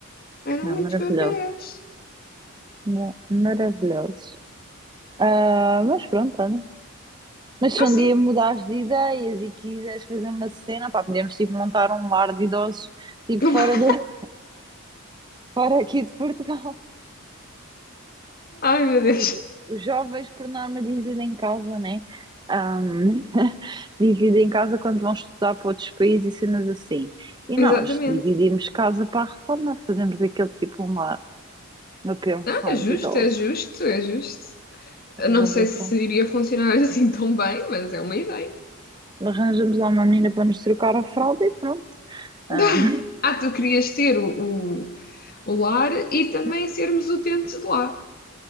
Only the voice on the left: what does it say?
Eram
muitos
bebés.
Ah, sim.
<laughs>
Ai, meu Deus.
Exatamente.
Não, é justo,
é justo, é justo. Eu
não sei se
iria funcionar <laughs> assim tão bem, mas é uma ideia.
<laughs>
Ah, tu querias ter o, o, o lar e também
sermos utentes de lá.